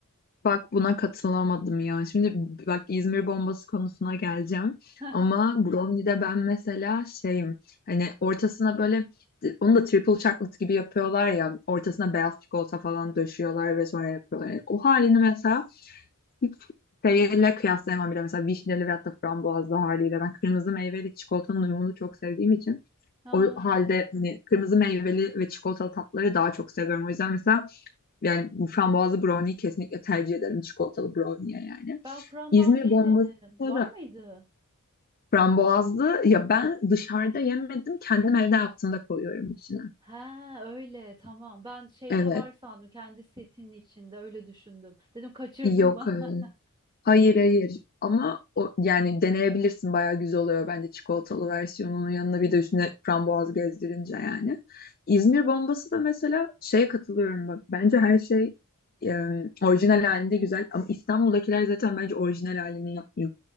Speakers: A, on the left; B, on the right.
A: Bak buna katılamadım ya. Şimdi bak İzmir bombası konusuna geleceğim.
B: <laughs>
A: Ama brownie'de ben mesela şeyim hani ortasına böyle onu da triple chocolate gibi yapıyorlar ya ortasına beyaz çikolata falan döşüyorlar ve sonra yapıyorlar. Yani o halini mesela Hiç şeyle kıyaslayamam bile. Mesela vişneli veyahut da frambuazlı haliyle. Ben kırmızı meyveli çikolatanın uyumunu çok sevdiğim için
B: Ha,
A: o halde hani kırmızı meyveli ve çikolatalı tatları daha çok seviyorum. O yüzden mesela yani bu frambuazlı brownie'yi kesinlikle tercih ederim çikolatalı brownie'ye yani.
B: ben frambuaz
A: İzmir
B: yemedim.
A: bombası
B: Var
A: da
B: mıydı?
A: frambuazlı ya ben dışarıda yemedim kendim evde yaptığımda koyuyorum içine.
B: Ha öyle tamam. Ben şeyde
A: Evet.
B: var sandım kendi setinin içinde öyle düşündüm. Dedim kaçırdım
A: Yok.
B: mı?
A: evet.
B: <laughs>
A: Hayır hayır ama o, yani deneyebilirsin bayağı güzel oluyor bence çikolatalı versiyonunun yanına bir de üstüne frambuaz gezdirince yani. İzmir bombası da mesela şeye katılıyorum bak bence her şey e, orijinal halinde güzel ama İstanbul'dakiler zaten bence orijinal halini yapmıyor.